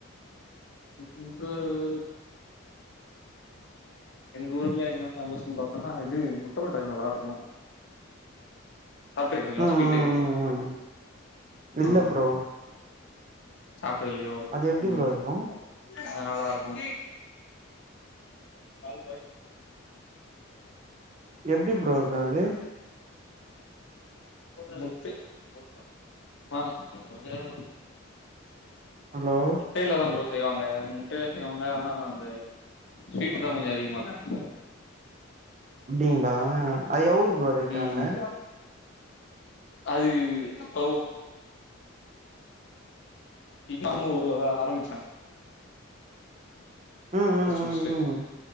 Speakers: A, on the left; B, on the right.
A: <unintelligible> எங்க ஊர்ல என்ன ஃபேமஸ்ன்னு பாத்தோன்னா இது முட்டபட்டாணி நல்லா இருக்கும் சாப்ட்டுருக்கிங்களா
B: ம்
A: ஸ்வீட்டு
B: ம் ம் ம் இல்ல
A: ஆ
B: ப்ரோ
A: சாப்ட்டது இல்லையோ
B: அது எப்டி
A: உம்
B: ப்ரோ இருக்கு
A: அது நல்லா இருக்கும் <unintelligible>
B: எப்டி ப்ரோ இருக்கும் அது
A: <unintelligible>
B: ஹலோ
A: முட்டையில தா ப்ரோ செய்வாங்க முட்டையில செய்வாங்க ஆனா அந்த ஸ்வீட் தா கொஞ்சம் அதிகமாக இருக்கும்
B: அப்டிங்களா அது எவ்ளோ ப்ரோ ரேட்
A: ம்
B: அங்க
A: ம் அது இப்ப இப்ப நம்ம ஊருல தா ஆரம்பிச்சாங்க
B: ம் ம்
A: ஃபர்ஸ்ட் ஃபர்ஸ்ட்டு
B: ம் ம்